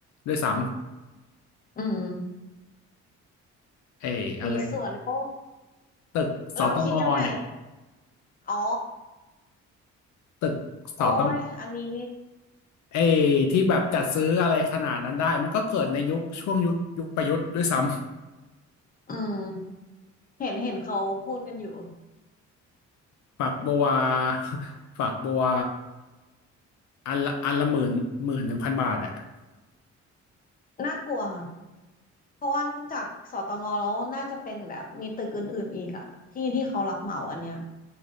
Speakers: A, on the left; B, on the left.
A: ด้วยซ้
B: อืม
A: ำไอ้อะไร
B: มีส่วนโอ้ว
A: ตึกสตงเนี่ย
B: เราคิดยังไงอ๋อ
A: ตึกสตง
B: โอ้ยอันนี้
A: ไอ้ที่แบบจัดซื้ออะไรขนาดนั้นได้มันก็เกิดในยุคช่วงยุคยุคประยุทธ์ด้วยซ้ำ
B: อืมเห็นเห็นเขาพูดกันอยู่
A: ฝักบัว <laughs> ฝักบัวอันละอันละหมื่นหมื่นหนึ่งพันบาทอ่ะ
B: น่ากลัวค่ะเพราะว่านอกจากสตงแล้วน่าจะเป็นแบบมีตึกอื่นๆอีกอะที่ที่เขารับเหมาอันเนี้ย